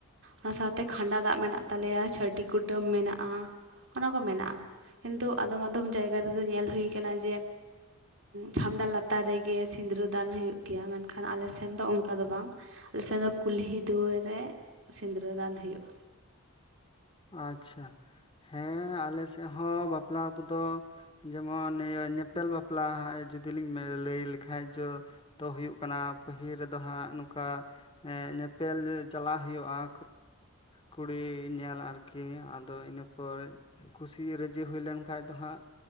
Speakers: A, on the right (about 60°); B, on the left (about 25°).
A: ᱚᱱᱟ ᱥᱟᱶᱛᱮ ᱠᱷᱟᱸᱰᱟ ᱫᱟᱜ ᱢᱮᱱᱟᱜ ᱛᱟᱞᱮᱭᱟ ᱪᱷᱟᱹᱴᱤ ᱠᱩᱴᱟᱹᱢ ᱢᱮᱱᱟᱜᱼᱟ ᱚᱱᱟ ᱠᱚ ᱢᱮᱱᱟᱜ-ᱟ᱾ ᱠᱤᱱᱛᱩ ᱟᱫᱚᱢ ᱟᱫᱚᱢ ᱡᱟᱭᱜᱟ ᱨᱮᱫᱚ ᱧᱮᱞ ᱦᱩᱭ ᱟᱠᱟᱱᱟ ᱡᱮ
B: ᱦᱩᱸ
A: ᱪᱷᱟᱢᱰᱟ ᱞᱟ ᱞᱟᱛᱟᱨ ᱨᱮᱜᱮ ᱥᱤᱸᱫᱽᱨᱟᱹᱫᱟᱱ ᱦᱩᱭᱩᱜ ᱜᱮᱭᱟ ᱢᱮᱱᱠᱷᱟᱱ ᱟᱞᱮ ᱥᱮᱱ ᱫᱚ ᱚᱱᱠᱟ ᱫᱚ ᱵᱟᱝ᱾ ᱟᱞᱮ ᱥᱮᱱ ᱫᱚ ᱠᱩᱞᱦᱤ ᱫᱩᱣᱟᱹᱨ ᱨᱮ ᱥᱤᱸᱫᱽᱨᱟᱹ ᱫᱟᱱ ᱦᱩᱭᱩᱜᱼᱟ᱾
B: ᱟᱪ-ᱪᱷᱟ ᱦᱮᱸ ᱟᱞᱮᱥᱮᱜ ᱦᱚᱸ ᱵᱟᱯᱞᱟ ᱠᱩᱫᱚ᱾ ᱡᱮᱢᱚᱱ ᱤᱭᱟᱹ ᱧᱮᱯᱮᱞ ᱵᱟᱯᱞᱟ ᱡᱩᱫᱤ ᱞᱤᱧ ᱞᱟᱹᱭ ᱞᱮᱠᱷᱟᱡ ᱡᱚ᱾ ᱛᱚ ᱦᱩᱭᱩᱜ ᱠᱟᱱᱟ ᱯᱟᱹᱦᱤᱞ ᱨᱮᱫᱚ ᱦᱟᱸᱜ ᱱᱚᱠᱟ᱾ ᱦᱮᱸ ᱧᱮᱯᱮᱞ ᱪᱟᱞᱟᱜ ᱦᱳᱭᱳᱜᱼᱟ ᱠᱩᱲᱤ ᱧᱮᱞ ᱟᱨ ᱠᱤ ᱟᱫᱚ ᱤᱱᱟᱹᱯᱚᱨ ᱠᱩᱥᱤ ᱨᱟᱹᱡᱤ ᱦᱩᱭ ᱞᱮᱱ ᱠᱷᱟᱡ ᱫᱚ ᱦᱟᱸᱜ᱾